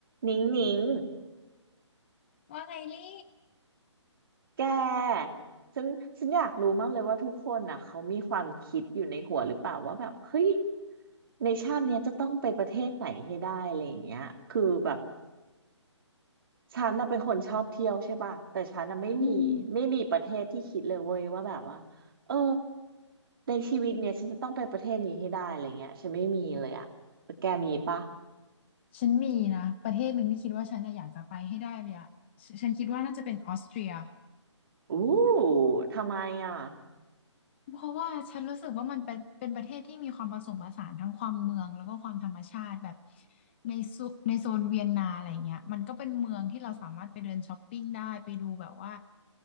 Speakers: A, on the right; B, on the left.
A: นิ้งนิ้ง
B: ว่าไงลี่
A: แกฉันฉันอยากรู้มากเลย ว่าทุกคนอ่ะเขามีความคิดอยู่ในหัวหรือเปล่าว่าแบบเฮ้ยในชาติเนี้ย จะต้องไปประเทศไหนให้ได้อะไรอย่างเงี้ยคือแบบฉันน่ะเป็นคนชอบเที่ยวใช่ป่ะแต่ฉันน่ะไม่มี
B: อืม
A: ไม่มีประเทศที่คิดเลยเว้ยว่าแบบว่าเออในชีวิตเนี้ย ฉันจะต้องไปประเทศนี้ให้ได้อะไรเงี้ยฉันไม่มีเลยอ่ะแกมีป่ะ
B: ฉันมีนะประเทศหนึ่งที่คิดว่าฉันน่ะอยากจะไปให้ได้เลยอะฉฉันคิดว่าน่าจะเป็นออสเตรีย
A: อู้ทำไมอ่ะ
B: เพราะว่าฉันรู้สึกว่ามันเป็นเป็นประเทศที่มีความผสมผสานทั้งความเมืองแล้วก็ความธรรมชาติแบบในซุในโซนเวียนนาอะไรเงี้ยมันก็เป็นเมืองที่เราสามารถไปเดินช้อปปิ้งได้ไปดูแบบว่า